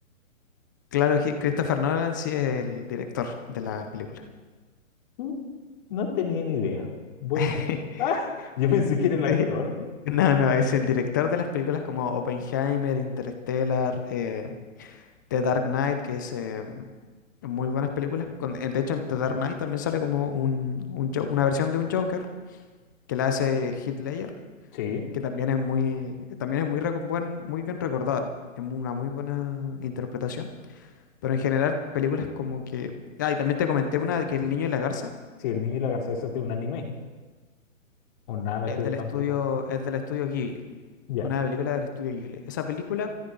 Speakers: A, on the left; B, on the left.
A: Claro, Hi- Christopher Nolan sí es el director de las películas.
B: Mm, No tenía ni idea. Buen
A: <laughs>
B: dato. <laughs> Ah, yo pensé que era el actor.
A: Sí. No, no, es el director de las películas como Oppenheimer, Interstellar, eh, The Dark Knight, que es eh, muy buenas películas. Con- eh, de hecho, en The Dark Knight también sale como un, un Jo- una versión de un Joker que la hace Heath Ledger.
B: Sí,
A: que también es muy, también es muy, reco- buen- muy bien recordada. Es mu- una muy buena interpretación. Pero en general, películas como que. Ah, y también te comenté una de que El Niño y la Garza
B: sí, el niño y la garza, eso es de un anime. O nada
A: es
B: que ver
A: del
B: tampoco.
A: estudio, es del estudio Ghibli.
B: Ya.
A: Una película del estudio Ghibli. Esa película,